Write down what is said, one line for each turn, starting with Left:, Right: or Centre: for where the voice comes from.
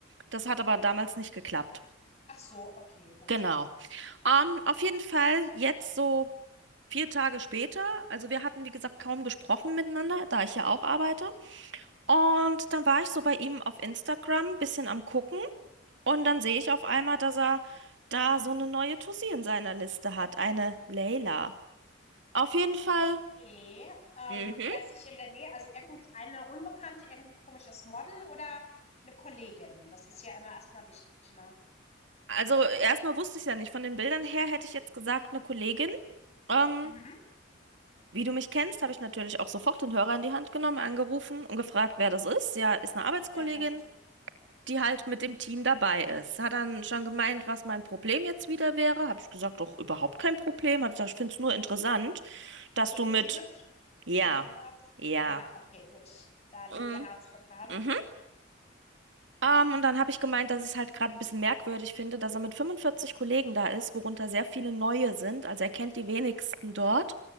Right: Das hat aber damals nicht geklappt.
Left: Ach so, okay, gut.
Right: Genau. Ähm, auf jeden Fall jetzt so. Vier Tage später, also wir hatten, wie gesagt, kaum gesprochen miteinander, da ich ja auch arbeite. Und dann war ich so bei ihm auf Instagram, bisschen am Gucken. Und dann sehe ich auf einmal,
Left: Ja.
Right: dass er da so eine neue Tussi in seiner Liste hat, eine Leila. Auf jeden Fall,
Left: Okay. Ähm,
Right: mhm.
Left: bei sich in der Nähe, also irgendeine Unbekannte, irgendein komisches Model oder eine Kollegin? Das ist ja immer erstmal wichtig, ne?
Right: Also erstmal wusste ich es ja nicht. Von den Bildern her hätte ich jetzt gesagt, eine Kollegin. Ähm,
Left: Mhm.
Right: wie du mich kennst, habe ich natürlich auch sofort den Hörer in die Hand genommen, angerufen und gefragt, wer das ist. Ja, ist eine Arbeitskollegin.
Left: Ja, natürlich.
Right: die halt mit dem Team dabei ist. Hat dann schon gemeint, was mein Problem jetzt wieder wäre. Habe ich gesagt, doch überhaupt kein Problem. Habe ich gesagt, ich finde es nur interessant, dass
Left: Okay,
Right: du
Left: ist
Right: mit
Left: die hübsch?
Right: ja,
Left: Sieht die gut aus?
Right: ja,
Left: Aha, okay, gut. Da liegt
Right: mm,
Left: der Hase begraben.
Right: mhm. Ähm, und dann habe ich gemeint, dass ich es halt gerade ein bisschen merkwürdig finde, dass er mit 45 Kollegen da ist, worunter sehr viele neue sind. Also er kennt die wenigsten dort.